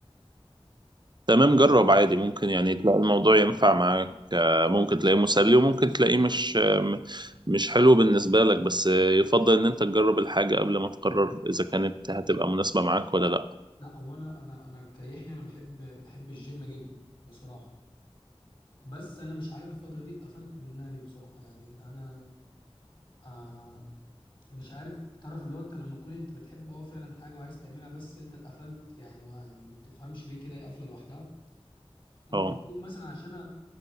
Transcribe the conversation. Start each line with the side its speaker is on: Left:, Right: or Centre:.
Right: تمام جرب عادي ممكن يعني تلاقي الموضوع ينفع معاك آه، ممكن تلاقيه مسلي وممكن تلاقيه مش آه، م- مش حلو بالنسبة لك بس آه، يفضل ان انت تجرب الحاجة قبل ما تقرر اذا كانت هتبقى مناسبة معاك ولا لا
Left: لا هو انا انا انا كيحيى انا بحب بحب الجيم جدا بصراحه بس انا مش عارف الفتره دي اتقفلت منها ليه بصراحه يعني انا آه مش عارف تعرف اللي هو انت لما تكون انت بتحب اه فعلا حاجه وعايز تعملها بس انت اتقفلت يعني ما يعني ما تفهمش ليه كده هي قافله لوحدها ممكن
Right: اه
Left: تكون مثلا عشان انا